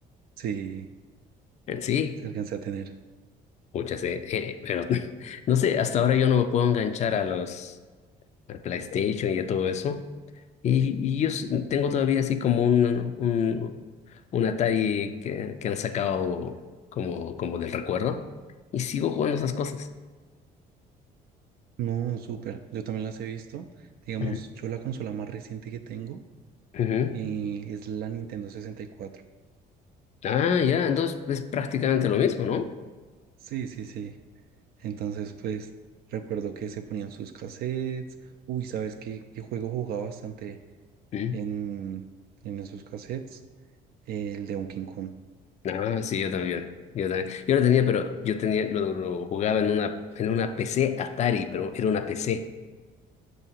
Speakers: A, on the right; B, on the left.
A: Sí,
B: En sí,
A: se alcanza a tener.
B: muchas, eh, eh, pero <laughs> no sé, hasta ahora yo no me puedo enganchar a los al PlayStation y a todo eso. Y, y yo s- tengo todavía así como un, un, un Atari que, que han sacado como, como del recuerdo. Y sigo jugando esas cosas.
A: No, súper. Yo también las he visto. Digamos,
B: Ujú.
A: yo la consola más reciente que tengo
B: Ujú.
A: eh, es la Nintendo 64.
B: Ah, ya, entonces es prácticamente lo mismo, ¿no?
A: Sí, sí, sí. Entonces, pues, recuerdo que se ponían sus cassettes. Uy, ¿sabes qué, qué juego jugaba bastante
B: Mm.
A: en, en esos cassettes? El de Donkey Kong.
B: Ah, sí, yo también. Yo también. Yo lo tenía, pero yo tenía, lo, lo jugaba en una, en una PC Atari, pero era una PC.